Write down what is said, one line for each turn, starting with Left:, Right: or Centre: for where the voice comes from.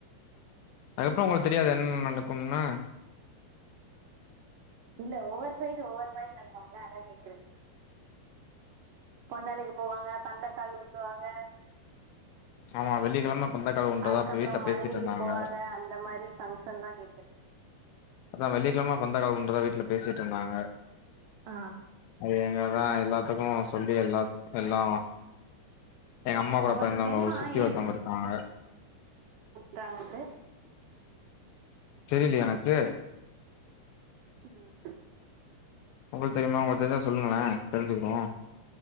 Left: அதுக்கப்றோ உங்களுக்கு தெரியாதா என்னென்னா நடக்குன்னு
Right: இல்ல ஒவ்வொரு சைடு ஒ்வ்வொரு மாதிரி பன்வோம்ல அதா கேக்கேற பொண்ணளைக்க போவாங்க பந்தக்கால் உண்டுவாங்க
Left: ஆமா வெளி கிழம பந்தக்கால் வுன்றதா
Right: அதுக்கப்புறோ
Left: இப்ப வீட்டுல
Right: மறுவீடு
Left: பேசிட்டு இருந்தாங்க
Right: போவாங்க அந்த மாரி ஃபங்க்ஷன்லா கேக்குறே
Left: அதா வெள்ளிக்கிழம பந்த கால உன்றதா வீட்டுல பேசிட்டு இருந்தாங்க
Right: ஆ
Left: அது என்னாதா எல்லா த்துக்கு சொல்லி எல்லா எல்லா எங்க அம்மா கூட
Right: உங்களுக்கு
Left: பொறந்த
Right: தெரியுமா ஏ
Left: வங்கயிருக்காங்க
Right: யாரான்ட
Left: தெரியலையா எனக்கு
Right: ம்
Left: உங்களுக்கு தெரியுமா உங்களுக்கு தெரிஞ்சா சொல்லுங்கலே தெரிஞ்சுக்றோ